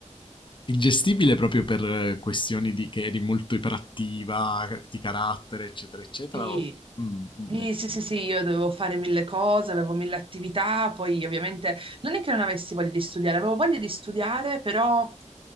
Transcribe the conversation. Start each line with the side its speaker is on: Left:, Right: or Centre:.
Left: Ingestibile proprio per eh, questioni di che eri molto iperattiva, di carattere, eccetera, eccetera
Right: Sì,
Left: o mh, mh-mh.
Right: sì, sì, sì, sì, io dovevo fare mille cose, avevo mille attività, poi ovviamente non è che non avessi voglia di studiare, avevo voglia di studiare, però